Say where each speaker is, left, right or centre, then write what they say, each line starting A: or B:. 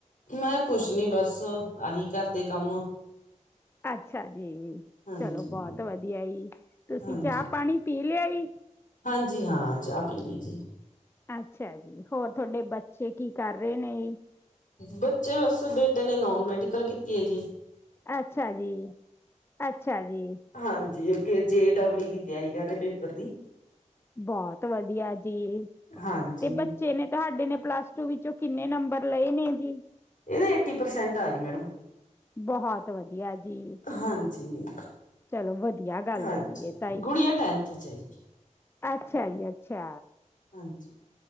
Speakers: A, on the left; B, on the left.
A: ਮੈਂ ਕੁਛ ਨੀ ਬਸ ਆਹੀ ਘਰ ਦੇ ਕੰਮ।
B: ਅੱਛਾ ਜੀ!
A: ਹਾਂਜੀ
B: ਚਲੋ ਬੋਤ ਵਧੀਆ ਈ ਤੁਸੀਂ
A: ਹਾਂਜੀ
B: ਚਾਹ-ਪਾਨੀ ਪੀ ਲਿਆ ਈ।
A: ਹਾਂਜੀ, ਹਾਂ, ਚਾ ਪੀ ਲਈ ਜੀ।
B: ਅੱਛਾ ਜੀ! ਹੋਰ ਤੁਆਡੇ ਬੱਚੇ ਕੀ ਕਰ ਰੇ ਨੇ?
A: ਬੱਚੇ ਬਸ ਬੇਟੇ ਨੇ ਨੋਨ-ਮੈਡੀਕਲ ਕੀਤੀ ਐ ਜੀ‌।
B: ਅੱਛਾ ਜੀ, ਅੱਛਾ ਜੀ।
A: ਹਾਂਜੀ, ਅੱਗੇ ਜੇ ਡਬਲੀ ਦੀ ਤਿਆਰੀ ਕਰ ਰੇ ਪੇਪਰ ਦੀ।
B: ਬੌਤ ਵਦੀਆ ਜੀ
A: ਹਾਂਜੀ
B: ਤੇ ਬੱਚੇ ਨੇ ਤੁਆਡੇ ਨੇ ਪਲੱਸ ਟੂ ਵਿੱਚੋਂ ਕਿੰਨੇ ਨੰਬਰ ਲਏ ਨੇ ਜੀ?
A: ਏਦੇ ਏਟੀ ਪਰਸੈਂਟ ਆ ਗਏ ਮੈਡਮ
B: ਬਹੁਤ ਵਧੀਆ ਜੀ,
A: ਹਾਂਜੀ।
B: ਚਲੋ ਵਧੀਆ ਗੱਲ
A: ਹਾਂਜੀ,
B: ਹੈਗੀ ਏ ਤਾਈ।
A: ਗੁੜੀਆ ਟੈਂਥ ਚ ਜੀ‌।
B: ਅੱਛਾ ਜੀ ਅੱਛਾ।
A: ਹਾਂਜੀ।